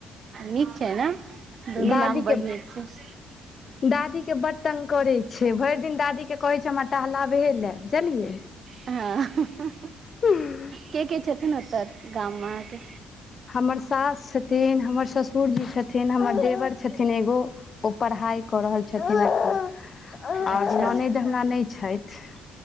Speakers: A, on the right; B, on the left.
A: नीक छै ने दुनू
B: दादी
A: नाम बड
B: के
A: नीक छै
B: दादी के बड तंग करै छै भरि दिन दादी के कहै छै हमरा टहलाबहे ल‌ए बुझलियै
A: हँ
B: अह
A: के के छथुन ओतह गाममे
B: हमर सास छथिन हमर ससुरजी छथिन हमर देवर छथिन एगो ओ पढ़ाइ कऽ रहल छथिन एखन
A: अच्छा
B: और ननदि हमरा नहि छथि